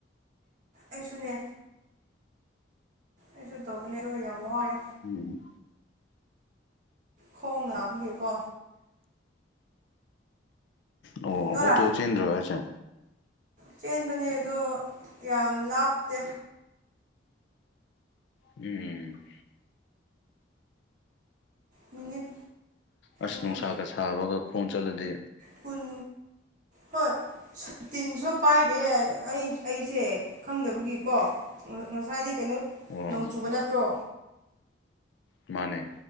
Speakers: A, on the right; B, on the left.
A: ꯑꯩꯁꯨꯅꯦ ꯑꯦꯁꯨ ꯇꯧꯕꯅꯦ ꯑꯗꯣ ꯌꯥꯝ ꯋꯥꯌꯦ
B: ꯎꯝ
A: ꯈꯣꯡ ꯂꯥꯛꯄꯒꯤ ꯀꯣ
B: ꯑꯣ
A: ꯇꯣꯔꯥ
B: ꯑꯣꯇꯣ ꯆꯦꯟꯗ꯭ꯔꯣ ꯍꯥꯏꯁꯦ
A: ꯆꯦꯟꯕꯅꯦ ꯑꯗꯣ ꯌꯥꯝ ꯂꯥꯞꯇꯦ
B: ꯎꯝ
A: ꯃꯤꯅꯤꯠ
B: ꯑꯁ
A: ꯎꯝ
B: ꯅꯨꯡꯁꯥꯀ ꯁꯥꯕꯒ ꯈꯣꯡ ꯆꯣꯠꯂꯗꯤ
A: ꯄꯟ ꯍꯣꯏ ꯁꯇꯤꯟꯁꯨ ꯄꯥꯏꯔꯦ ꯑꯩ ꯑꯩꯁꯦ ꯈꯪꯗꯕꯒꯤꯀꯣ ꯉꯁꯥꯏꯗꯤ ꯀꯩꯅꯣ
B: ꯑꯣ
A: ꯅꯣꯡꯆꯨꯕ ꯅꯠꯇ꯭ꯔꯣ
B: ꯃꯥꯅꯦ